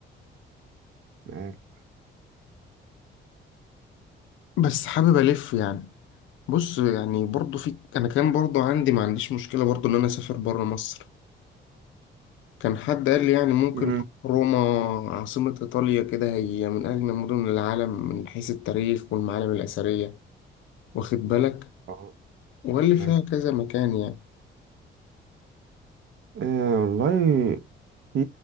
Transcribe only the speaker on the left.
بس حابب الف يعني بص يعني برضو في انا كان برضو عندي ما عنديش مشكله برضو ان انا اسافر بره مصر كان حد قال لي يعني ممكن
تروح روما عاصمة إيطاليا كده هي من أجمل مدن العالم من حيث التاريخ والمعالم الأثرية واخد بالك
واللي فيها
كذا مكان يعني